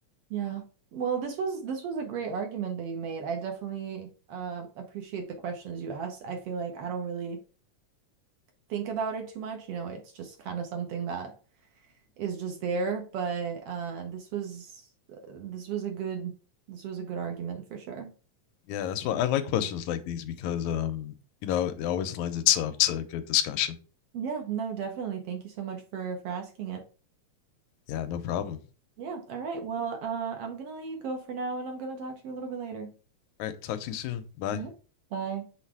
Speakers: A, on the right; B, on the left.
A: yeah. Well, this was this was a great argument that you made. I definitely um appreciate the questions you asked. I feel like I don't really think about it too much. You know, it's just kind of something that is just there. But uh this was uh, this was a good this was a good argument for sure.
B: yeah, that's why I like questions like these because um, you know, it always lends itself to good discussion.
A: Yeah, no, definitely. Thank you so much for for asking it.
B: Yeah, no problem.
A: Yeah. All right. Well, uh, I'm gonna let you go for now, and I'm gonna talk to you a little bit later.
B: All right, talk to you soon. Bye.
A: Mhm. Bye.